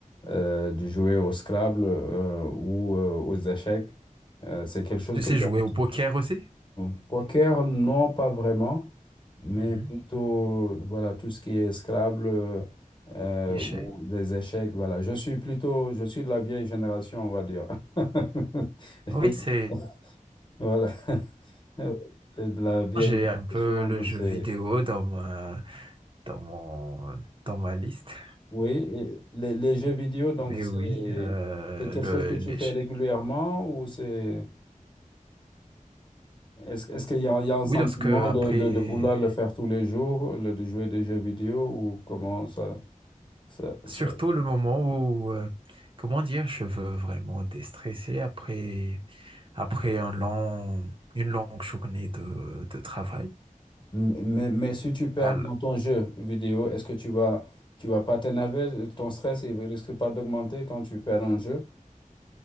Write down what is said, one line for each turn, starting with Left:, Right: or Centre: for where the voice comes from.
Left: euh, de jouer au Scrabble euh, ou euh, aux échecs. Euh, c'est quelque chose
Right: tu
Left: que
Right: sais
Left: j'aime.
Right: jouer au poker aussi?
Left: Mm. Poker, non, pas vraiment, mais
Right: Mhm.
Left: plutôt, voilà, tout ce qui est Scrabble euh, euh,
Right: Échec.
Left: ou des échecs, voilà. Je suis plutôt, je suis de la vieille génération, on va dire. <laughs>
Right: Oui, c'est,
Left: Voilà, <laughs> Et de la vieille
Right: j'ai un peu
Left: génération,
Right: le
Left: donc
Right: jeu
Left: c'est...
Right: vidéo dans ma, dans mon, dans ma liste.
Left: Oui, et les, les jeux vidéo, donc
Right: Mais
Left: c'est
Right: oui, euh,
Left: c'est quelque
Right: le,
Left: chose que
Right: l'échec.
Left: tu fais régulièrement ou c'est... Est-ce, est-ce qu'il y a, il y a un sentiment
Right: Oui, lorsque après,
Left: de, de, de vouloir le faire tous les jours, le, de jouer des jeux vidéo ou comment ça? Ça-
Right: surtout
Left: ça-
Right: le moment où, euh, comment dire, je veux vraiment déstresser après, après un long, une longue journée de, de travail.
Left: Mais, mais si tu perds
Right: Alors,
Left: dans ton jeu vidéo, est-ce que tu vas, tu vas pas t'énerver? Ton stress, il risque pas d'augmenter quand tu perds un jeu?